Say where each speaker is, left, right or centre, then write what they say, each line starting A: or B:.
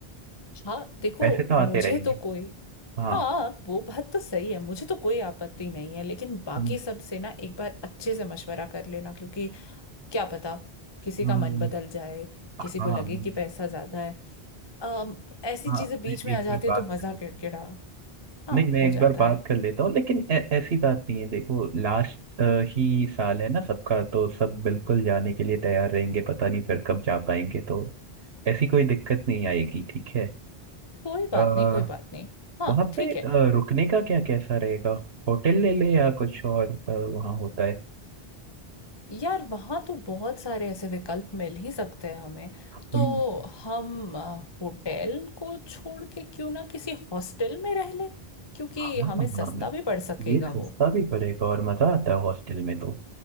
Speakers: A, on the left (about 30°); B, on the right (about 80°).
A: हाँ देखो
B: पैसे तो आते
A: मुझे
B: रहेंगे
A: तो कोई
B: हाँ
A: हाँ वो बात तो सही है मुझे तो कोई आपत्ति नहीं है लेकिन बाकी
B: हम्म,
A: सब से ना एक बार अच्छे से मशवरा कर लेना क्योंकि क्या पता किसी
B: हाँ
A: का मन बदल जाए
B: हाँ
A: किसी को लगे कि पैसा ज्यादा है अम, ऐसी
B: हाँ
A: चीजें बीच
B: मैं
A: में
B: एक
A: आ जाती
B: बार
A: है
B: बात
A: तो मजा
B: कर लेता
A: किड़किड़ा
B: हूँ।
A: हाँ
B: नहीं मैं
A: हो
B: एक
A: जाता
B: बार बात
A: है
B: कर लेता हूँ लेकिन ऐ- ऐसी बात नहीं है देखो लास्ट ही साल है ना सबका तो सब बिल्कुल जाने के लिए तैयार रहेंगे पता नहीं फिर कब जा पाएंगे तो ऐसी कोई दिक्कत नहीं आएगी ठीक है
A: कोई बात
B: आ,
A: नहीं कोई बात नहीं हाँ
B: वहाँ
A: ठीक
B: पे अ,
A: है
B: रुकने का क्या कैसा रहेगा होटल ले ले या कुछ और अ, वहाँ होता है
A: यार वहाँ तो बहुत सारे ऐसे विकल्प मिल ही सकते हैं हमें
B: हम्म,
A: तो हम अ, होटल को छोड़ के क्यों ना किसी हॉस्टल में रह ले क्योंकि
B: हाँ
A: हमें सस्ता भी पड़ सकेगा
B: ये
A: वो
B: सस्ता भी पड़ेगा और मजा आता है हॉस्टल में तो